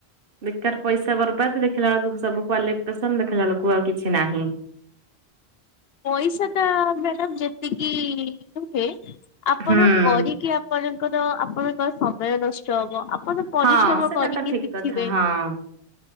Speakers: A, on the right; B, on the left.
A: ବେକାର ପଇସା ବର୍ବାଦ ଦେଖିଲା ବେଳକୁ ସବୁ କ୍ୱାଲିଫିକେସନ ଦେଖିଲା ବେଳକୁ ଆଉ କିଛି ନାହିଁ।
B: ପଇସାଟ ମ୍ୟାଡାମ ଯେତିକି ନୁହେଁ ଆପଣ
A: ହୁଁ।
B: କରିକି ଆପଙ୍କର ଆପଣଙ୍କ ସମୟ ନଷ୍ଟ ହବ। ଆପଣ ପରିଶ୍ରମ
A: ହଁ ସେଟା
B: କରିକି
A: ତ ଠିକ
B: ଶିଖିବେ।
A: କଥା ହଁ